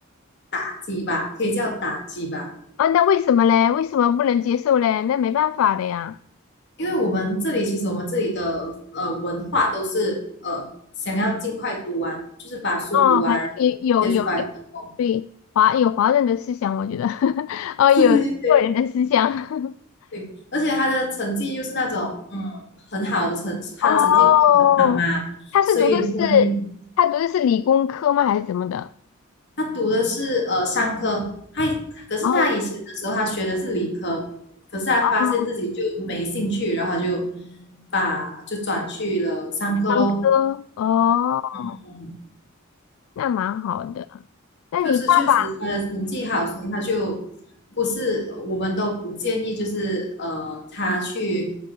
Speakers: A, on the left; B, on the left.
A: 打击吧，可以叫打击吧，
B: 哦，那为什么嘞？为什么不能接受嘞？那没办法的呀。
A: 因为我们这里其实我们这里的呃文化都是呃想要尽快读完，就是把书读完，
B: 哦，反正也有有有，
A: 然后直接出来做工。
B: 对，华有华人的思想，我觉得，<laughs> 哦，有中国人的思想。
A: 对对对对，
B: <laughs>
A: 对，而且他的成绩又是那种嗯很好的成，他的成绩很好嘛，
B: 哦，他是读的是
A: 所以如果你
B: 他读的是理工科吗？还是怎么的？
A: 他读的是呃商科，他可是他以前的时候他学的是理科，
B: 哦
A: 可是他发现自己就没兴趣，
B: 哦，
A: 然后他就把就转去了商科咯，
B: 商科哦，
A: 嗯
B: 那蛮好的。那你爸爸
A: 就是确实他的成绩好，所以他就不是我们都不建议，就是呃他去